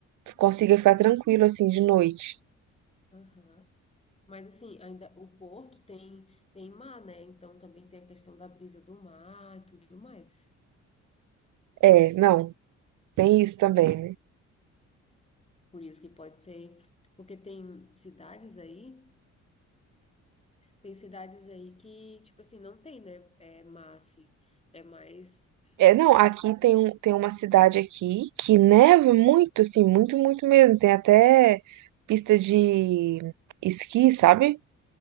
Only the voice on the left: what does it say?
aham. Mas assim, ainda o Porto tem tem mar, né? Então também tem a questão da brisa do mar e tudo mais.
Por isso que pode ser, porque tem cidades aí, tem cidades aí que, tipo assim, não tem, né? É mar, assim. É mais
cidade